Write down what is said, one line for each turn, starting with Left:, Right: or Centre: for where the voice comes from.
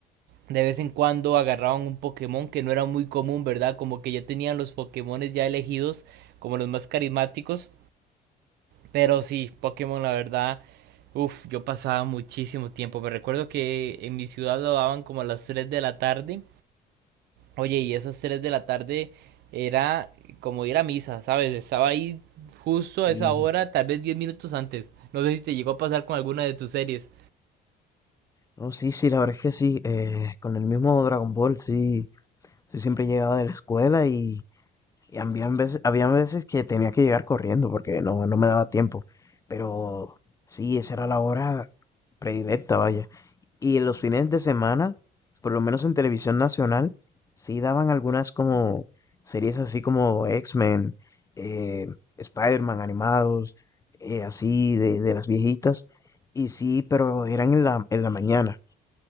Right: de vez en cuando agarraban un Pokémon que no era muy común, ¿verdad? Como que ya tenían los Pokémones ya elegidos como los más carismáticos. Pero sí, Pokémon la verdad, uff, yo pasaba muchísimo tiempo. Me recuerdo que en mi ciudad lo daban como a las 3 de la tarde. Oye, y esas 3 de la tarde era como ir a misa, ¿sabes? Estaba ahí justo
Left: Sí,
Right: a esa hora, tal vez 10 minutos antes. No sé si te llegó a pasar con alguna de tus series.
Left: no, sí, sí, la verdad es que sí, eh, con el mismo Dragon Ball, sí, yo siempre llegaba de la escuela y, y había veces, había veces que tenía que llegar corriendo porque no, no me daba tiempo, pero sí, esa era la hora predilecta, vaya. Y en los fines de semana, por lo menos en televisión nacional, sí daban algunas como series así como X-Men, eh, Spider-Man animados, eh, así de, de las viejitas. Y sí, pero eran en la, en la mañana.